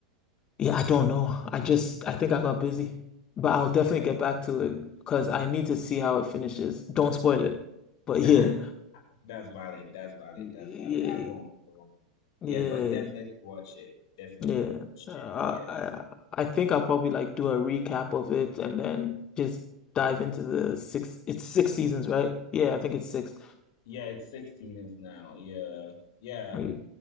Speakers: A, on the left; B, on the left.
A: yeah, I don't know. I just, I think I got busy. But I'll definitely
B: Yeah,
A: get back to it because I
B: yeah.
A: need to see how it finishes. Don't spoil it. But
B: <sighs>
A: yeah,
B: That's valid. That's valid.
A: yeah,
B: That's valid. I won't. I won't.
A: yeah,
B: Yeah, but definitely watch it. Definitely
A: yeah.
B: watch
A: Uh,
B: it. Yes.
A: I, I think I'll probably like do a recap of it and then just dive into the six. It's six seasons, right? Yeah, I think it's six.
B: Yeah, it's six seasons now. Yeah. Yeah.
A: Right.